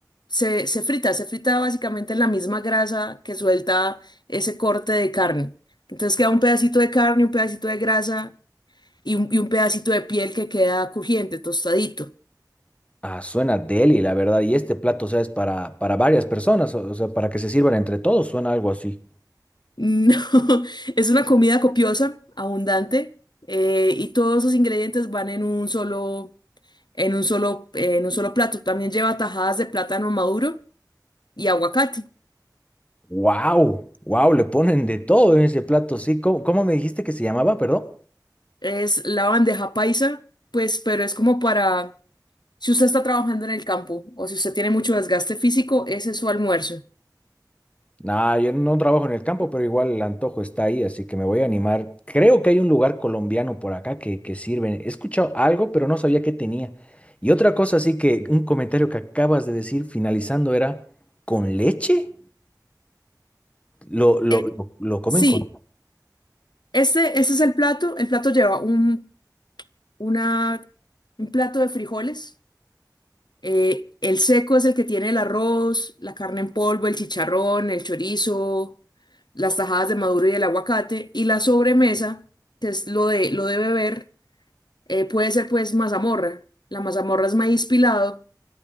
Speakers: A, on the left; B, on the left.
A: se, se frita, se frita básicamente en la misma grasa que suelta ese corte de carne. Entonces queda un pedacito de carne, un pedacito de grasa y un, y un pedacito de piel que queda crujiente, tostadito.
B: Ah, suena deli, la verdad. Y este plato, o sea, es para, para varias personas, o, o sea, para que se sirvan entre todos, suena algo así.
A: No, <laughs> es una comida copiosa, abundante, eh, y todos esos ingredientes van en un solo, en un solo, eh, en un solo plato. También lleva tajadas de plátano maduro y aguacate.
B: ¡Wow! ¡Wow! Le ponen de todo en ese plato, sí. ¿Cómo, cómo me dijiste que se llamaba, perdón?
A: Es la bandeja paisa, pues, pero es como para si usted está trabajando en el campo o si usted tiene mucho desgaste físico, ese es su almuerzo.
B: Nah, yo no trabajo en el campo, pero igual el antojo está ahí, así que me voy a animar. Creo que hay un lugar colombiano por acá que, que sirven. He escuchado algo, pero no sabía qué tenía. Y otra cosa, así que un comentario que acabas de decir finalizando era, ¿con leche? ¿Lo, lo,
A: Eh,
B: lo, lo comen
A: sí,
B: con...?
A: este, este es el plato. El plato lleva un, una, un plato de frijoles Eh, el seco es el que tiene el arroz, la carne en polvo, el chicharrón, el chorizo, las tajadas de maduro y el aguacate. Y la sobremesa, que es lo de, lo de beber, eh, puede ser pues mazamorra. La mazamorra es maíz pilado,